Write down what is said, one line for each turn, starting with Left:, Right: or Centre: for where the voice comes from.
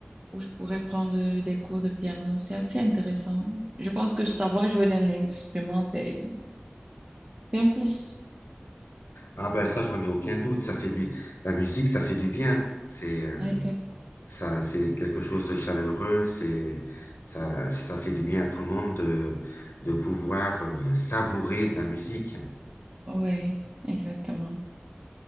Right: où je pourrais prendre euh, des cours de piano. C'est assez intéressant. Je pense que savoir jouer d'un instrument, c'est c'est un plus.
Left: Ah ben ça, j'en ai aucun doute. Ça fait du, la musique, ça fait du bien. C'est euh,
Right: Exact.
Left: ça, c'est quelque chose de chaleureux. C'est ça, ça fait du bien à tout le monde de, de pouvoir euh, savourer de la musique.
Right: Oui, exactement.